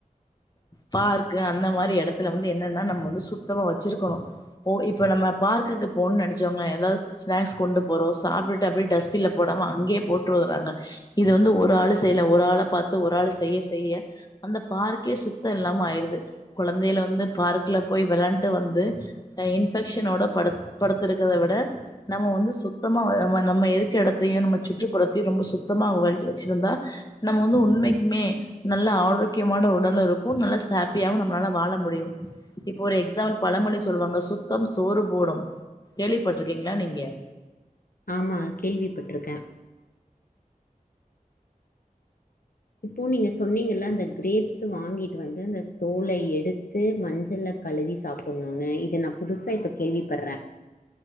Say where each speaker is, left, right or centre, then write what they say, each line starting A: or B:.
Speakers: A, on the left; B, on the left.
A: பார்க்கு அந்த மாரி எடத்துல வந்து என்னன்னா நம்ம வந்து சுத்தமா வச்சிருக்கணு பொ இப்ப நம்ம பார்க்குக்கு போனு நெனச்சுக்கோங்ளே எதாவ்து ஸ்நக்ஸ் கொண்டு போறோ சாப்ட்டுட்டு அப்டி டஸ்பின்ல போடாம அங்கயே போட்டு வர்றாங்க இத வந்து ஒரு ஆளு செய்யல ஒரு ஆள பாத்து ஒரு ஆளு செய்ய செய்ய அந்த பார்க்கே சுத்த இல்லாம ஆயிருது கொழந்தையல வந்து பார்க்குல போய் வெளாண்ட்டு வந்து அ இன்ஃபெக்ஷனோட படுத் படுத்துருக்கத விட நம்ம வந்து சுத்தமா வ நம்ம நம்ம இருக்க எடத்தயு நம்ம சுற்றுப்புறத்தையு ரொம்ப சுத்தமா வலிச்சி வச்சிருந்தா நம்ம வந்து உண்மக்மே நல்ல ஆரோக்கியமான உடலு இருக்கு நல்லா சப்பியாவு நம்மளால வாழ முடியு இப்ப ஒரு எக்ஸாம்பிள் பழமொழி சொல்லுவாங்க சுத்த சோறு போடு கேள்விப்பட்ருக்கீங்களா நீங்க
B: ஆமா கேள்விப்பட்ருக்கே இப்போ நீங்க சொன்னீங்கல்ல அந்த கிரேப்ஸ் வாங்கிட்டு வந்து அந்த தோல எடுத்து மஞ்சள்ல கழுவி சாப்புட்ணுன்னு இத நா புதுசா இப்ப கேள்விப்பட்றே